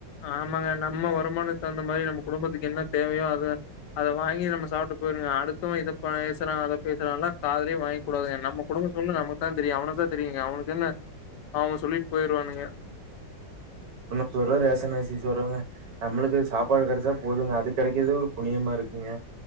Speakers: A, on the left (about 75°); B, on the right (about 75°).
A: ஆமாங்க நம்ம வருமானம் தகுந்த மாரி நம்ம குடும்பத்துக்கு என்ன தேவையோ அதுதா அதை வாங்கி நம்ம சாப்பிட்டு போயிருனுங்க அடுத்தவ இதப் பா பேசுறா அத பேசுறான்லா காதுலய வாங் கூடாதுங்க நம்ம குடும்பம் ஃபுல்லு நமக்கு தா தெரியு அவன தா செரிங்க அவனுக்கு என்ன அவ சொல்லிட்டு போயிருவானுங்க
B: போறோ ரேஷன் அரசி சோறோங்க நம்மளுக்கு சாப்பாடு கெடைச்சா போதுங்க அது கிடைக்கறதே ஒரு புனியம்மா இருக்குங்க